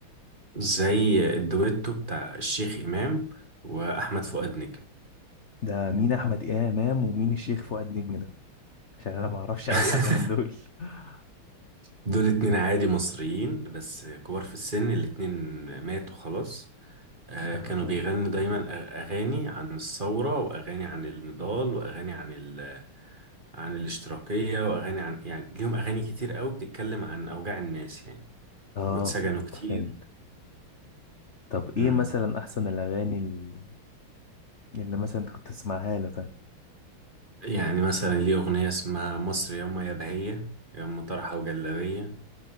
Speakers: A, on the right; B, on the left.
A: زي الدويتو بتاع الشيخ امام واحمد فؤاد نجم
B: ده مين احمد امام ومين الشيخ فؤاد نجم ده عشان انا ما اعرفش
A: <laughs>
B: اي حد من دول <laughs>
A: دول اتنين عادي مصريين بس كبار في السن الاتنين ماتوا خلاص آه،
B: اه
A: كانوا بيغنوا دايما أ- اغاني عن الثوره واغاني عن النضال واغاني عن ال... عن الاشتراكيه واغاني عن يعني ليهم اغاني كتير قوي بتتكلم عن اوجاع الناس يعني
B: آه،
A: واتسجنوا
B: فهمت
A: كتير
B: فهمت طب
A: مم.
B: ايه مثلا احسن الاغاني ال- اللي مثلا انت كنت تسمعها له طيب
A: يعني مثلا ليه أغنية اسمها مصر ياما يا بهية ياما طرحة وجلابية